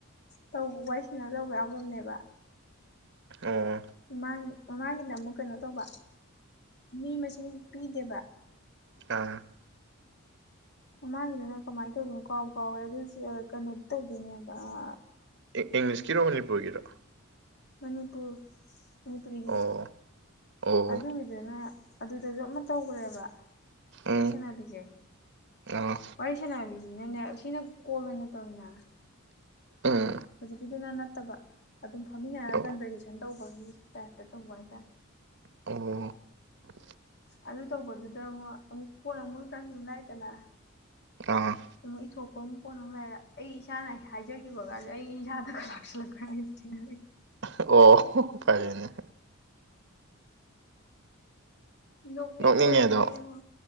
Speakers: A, on the left; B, on the right.
A: ꯇꯧ ꯋꯤꯔꯤ ꯁꯥꯟꯅꯔ ꯇꯧꯕ ꯌꯥꯎꯈ꯭ꯔꯕꯅꯦꯕ
B: ꯑꯣ
A: ꯃꯃꯥꯡ ꯃꯃꯥꯡꯒꯤꯅ ꯑꯃꯨꯛ ꯀꯩꯅꯣ ꯇꯧꯕ ꯃꯤ ꯃꯁꯤꯡ ꯄꯤꯗꯦꯕ
B: ꯑꯥ
A: ꯃꯃꯥꯡꯒꯤꯗꯅ ꯀꯃꯥꯏꯅ ꯇꯧꯕꯅꯣ ꯀꯥꯎꯕꯨ ꯀꯥꯎꯈ꯭ꯔꯦꯗ ꯑꯁꯤ ꯑꯥ ꯀꯩꯅꯣ ꯇꯧꯗꯣꯏꯅꯦꯕ ꯑꯥ
B: ꯢ ꯏꯪꯂꯤꯁꯀꯤꯔꯣ ꯃꯅꯤꯄꯨꯔꯒꯤꯔꯣ
A: ꯃꯅꯤꯄꯨꯔ ꯃꯅꯤꯄꯨꯔꯤꯒꯤ
B: ꯑꯣ ꯑꯣ
A: ꯑꯗꯨꯒꯤꯗꯨꯅ ꯑꯗꯨ ꯑꯗꯨꯗꯖꯨ ꯑꯃ ꯇꯧꯈ꯭ꯔꯦꯕ ꯋꯥꯔꯤ
B: ꯎꯝ
A: ꯁꯥꯟꯅꯕꯤꯁꯦ
B: ꯑꯥ
A: ꯋꯥꯔꯤ ꯁꯥꯟꯅꯥꯕꯤꯁꯤꯅꯅꯦ ꯁꯤꯅ ꯀꯣꯜ ꯑꯣꯏꯅ ꯇꯧꯋꯤꯅ
B: ꯎꯝ
A: ꯍꯧꯖꯤꯛꯀꯤꯗꯨꯅ ꯅꯠꯇꯕ ꯑꯗꯨꯝ ꯐꯝꯃꯤꯟꯅꯔ
B: ꯑꯣ
A: ꯀꯟꯚꯔꯁꯦꯁꯟ ꯇꯧ ꯑꯗꯨꯢ ꯇꯥꯞꯇ ꯇꯧꯕ ꯍꯥꯢꯇꯥꯔꯦ
B: ꯑꯣ
A: ꯑꯗꯨ ꯇꯧꯕꯗꯨꯗ ꯉꯣ ꯑꯃꯨꯛ ꯄꯣꯠ ꯑꯃꯛꯗ꯭ꯔꯥꯁꯨ ꯅꯥꯏꯗꯅ
B: ꯑꯥ
A: ꯑꯃꯨꯛ ꯏꯊꯣꯛ ꯀꯣꯝ ꯀꯣꯅꯨꯡ ꯂꯩꯔ ꯑꯩ ꯏꯁꯥꯅ ꯍꯥꯏꯖꯈꯤꯕꯒꯁꯦ ꯑꯩ ꯏꯁꯥꯗꯒ ꯂꯥꯛꯁꯤꯜꯂꯛ ꯍꯥꯏ ꯊꯦꯡꯅꯒ꯭ꯔꯦ
B: ꯑ ꯍ ꯑꯣ ꯐꯔꯦ ꯑꯗꯨꯅ
A: ꯅꯣꯛꯅꯤꯡꯕꯁꯤꯗꯤꯉꯣ
B: ꯅꯣꯛꯅꯤꯡꯉꯦ ꯑꯗꯣ